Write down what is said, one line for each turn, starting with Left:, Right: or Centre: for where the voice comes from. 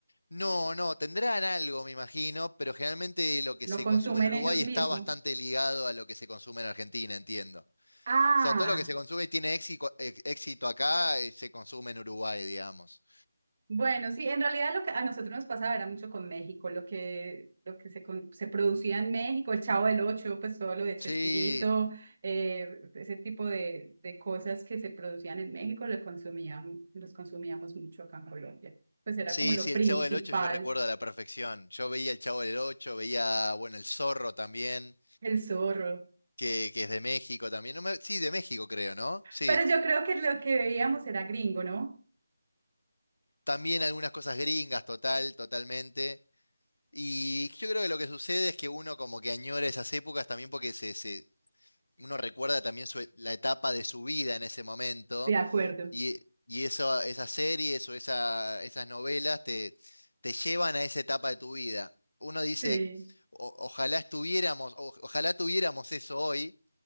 Left: No, no, tendrán algo, me imagino, pero generalmente lo que
Right: lo
Left: se
Right: consumen
Left: consume en Uruguay
Right: ellos mismos.
Left: está bastante ligado a lo que se consume en Argentina, entiendo. O
Right: Ah,
Left: sea, todo lo que se consume y tiene éxito, éxito acá, eh, se consume en Uruguay, digamos.
Right: bueno, sí, en realidad lo que a nosotros nos pasaba era mucho con México, lo que, lo que se, con- se producía en México, el Chavo del Ocho, pues todo lo de Chespirito,
Left: Sí,
Right: eh, ese tipo de, de cosas que se producían en México, lo consumíamos, los consumíamos mucho acá en Colombia. Pues era
Left: sí,
Right: como lo
Left: sí,
Right: principal,
Left: el Chavo del Ocho yo recuerdo a la perfección. Yo veía el Chavo del Ocho, veía, bueno, el Zorro también,
Right: el zorro.
Left: que, que es de México también. No me- sí, de México creo, ¿no? Sí.
Right: Pero yo creo que lo que veíamos era gringo, ¿no?
Left: También algunas cosas gringas, total, totalmente. Y yo creo que lo que sucede es que uno como que añora esas épocas también porque se, se- uno recuerda también su e- la etapa de su vida en ese momento
Right: De acuerdo.
Left: y, y eso, esas series o esa- esas novelas te, te llevan a esa etapa de tu vida. Uno dice,
Right: Sí.
Left: "O- ojalá estuviéramos, o- ojalá tuviéramos eso hoy,